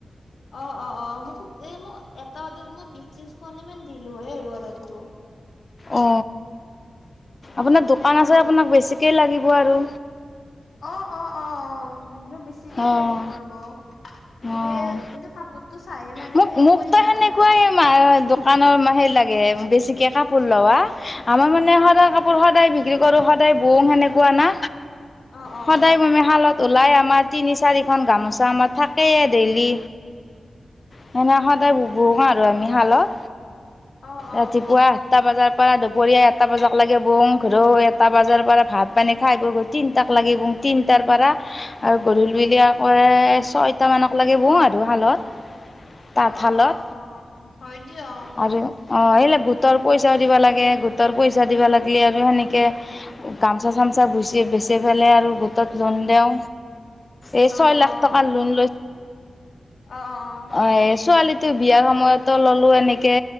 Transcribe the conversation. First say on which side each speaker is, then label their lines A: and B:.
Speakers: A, on the left; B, on the left.
A: অ', অ', অ', মোক এ মই এটা অৰ্ডাৰ মই বিশ, ত্ৰিশ খনে মান দিলো হে আৰু অৰ্ডাৰটো।
B: অ,
A: অ
B: আপোনাৰ
A: মানে
B: দোকান
A: আমাৰ
B: আছে, আপোনাক বেছিকৈ লাগিব আৰু।
A: অ', অ', অ', অ', বেছিকেই
B: অঁ
A: লাগিব ৰবৌ কিন্তু
B: অঁ
A: এইটো কাপোৰ তো চাইহে মানে
B: মোক
A: সেই
B: মোকতো
A: কৰিম
B: সেনেকুৱাই
A: আৰু।
B: দোকানৰ মা সেই লাগে বেছিকে কাপোৰ লোৱা। আমাৰ মানে সদায় কাপোৰ সদায় বিক্ৰী কৰো। সদায় বৌং সেনেকুৱা না।
A: অ অ
B: সদায় মমি শালত ওলাই আমাৰ তিনি, চাৰিখন গামোচা আমাৰ থাকেই ডেইলি। সনে সদায় বহো আৰু আমি শালত
A: অ অ অ
B: ৰাতিপুৱা
A: অ
B: আঠটা বজাত। পৰা দুপৰীয়া এটা বজাত লাগে বৌওঁ, ঘৰৌ এটা বজাৰ পৰা ভাত পানী খাই বৈ তিনিটাক লাগি বোও, তিনিটাৰ পৰা আৰু গধূলি বিলিয়া কৰে ছয়টা মানক লাগে বহু আৰু শালত। তাঁতশালত।
A: অ', অ', অ', অ', হয় দিও অ'।
B: আৰু অ, সেইিলাক গোটৰ পইচাও দিবা লাগে। গোটৰ পইচা দিবা লাগিলে আৰু সেনেকে গামচা, চামচা গুচি বেচি পেলাই আৰু গোটত লন দেও।
A: অ',
B: এই ছয় লাখ
A: অ',
B: টকাৰ লোন
A: অ', অ', অ'।
B: এ, ছোৱালীটো বিয়াৰ সময়তো ললো এনেকে।